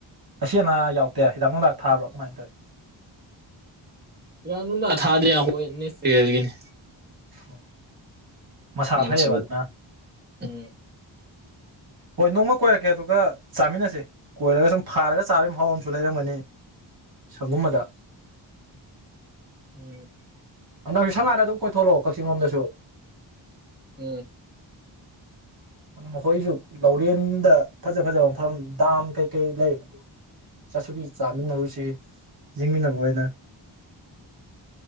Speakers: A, on the right (about 50°); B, on the right (about 20°).
A: ꯑꯁꯤ ꯑꯅꯥ ꯌꯥꯎꯗꯦ ꯍꯤꯗꯥꯛ ꯅꯨꯡꯗꯥꯛ ꯊꯥꯕ꯭ꯔꯣ ꯀꯃꯥꯏꯅ ꯇꯧꯋꯤ
B: ꯍꯤꯗꯥꯛ ꯅꯨꯪꯗꯥꯛ ꯊꯥꯗꯦ ꯑꯩꯈꯣꯏ ꯅꯦꯛꯁ ꯌꯤꯑꯔꯒꯤꯅꯤ
A: ꯍꯣꯏ ꯃꯁꯥ
B: ꯃꯆꯤ
A: ꯐꯩꯌꯦꯕ ꯑꯗꯨꯅ
B: ꯎꯝ
A: ꯍꯣꯏ ꯅꯣꯡꯃ ꯀꯣꯏꯔꯛꯀꯦ ꯑꯗꯨꯒ ꯆꯥꯃꯤꯟꯅꯁꯦ ꯀꯣꯏꯔꯒ ꯁꯨꯝ ꯐꯥꯔꯒ ꯆꯥꯕꯒꯤ ꯃꯍꯥꯎ ꯑꯃꯁꯨ ꯂꯩꯔꯝꯒꯅꯤ ꯁꯪꯒꯨꯝꯕꯗ
B: ꯎꯝ
A: ꯅꯡ ꯁꯪꯉ ꯑꯗꯨꯝ ꯀꯣꯏꯊꯣꯛꯂꯛꯑꯣ ꯀꯛꯆꯤꯡ ꯂꯣꯝꯗꯁꯨ
B: ꯎꯝ
A: ꯑꯩꯈꯣꯏꯁꯨ ꯂꯧꯔꯦꯟꯗ ꯐꯖ ꯐꯖꯕ ꯃꯐꯝ ꯗꯥꯝ ꯀꯩꯀꯩ ꯂꯩ ꯆꯥꯁꯨꯕꯤ ꯆꯥꯃꯤꯟꯅꯔꯨꯁꯤ ꯌꯦꯡꯃꯤꯟꯅꯕ ꯑꯣꯏꯅ